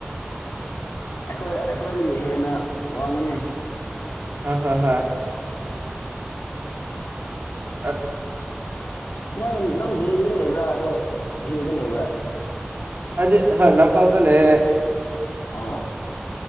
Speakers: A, on the left; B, on the right.
A: ꯑꯩꯈꯣꯏ ꯑꯩꯈꯣꯏꯗꯒꯤ ꯍꯦꯟꯅ ꯋꯥꯡꯉꯤꯅꯤ
B: ꯑ ꯍ ꯍ ꯑ
A: ꯅꯣꯏ ꯅꯪ ꯕꯦꯂꯤꯗ ꯂꯩꯕ꯭ꯔꯥ ꯑꯗꯣ ꯍꯤꯜꯗ ꯂꯩꯕ꯭ꯔꯥ
B: ꯑꯗꯨꯗꯤ ꯍꯣꯏ ꯂꯝꯪꯄꯥꯎꯗ ꯂꯩꯑꯦ
A: ꯑꯣ